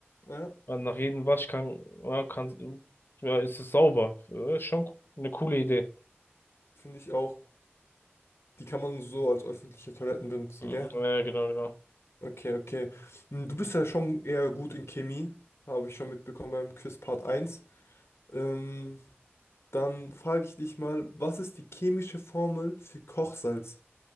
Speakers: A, on the left; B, on the left.
A: Ja,
B: Weil nach jedem Waschgang, ja, kann, ja, ist es sauber. Ja, Ist schon eine coole Idee.
A: finde ich auch. Die kann man so als öffentliche Toiletten benutzen,
B: Mhm,
A: gell?
B: Ja, ja, genau, genau.
A: Okay, okay. Hm, Du bist ja schon eher gut in Chemie, habe ich schon mitbekommen beim Quiz Part eins Ähm, dann frage ich dich mal, was ist die chemische Formel für Kochsalz?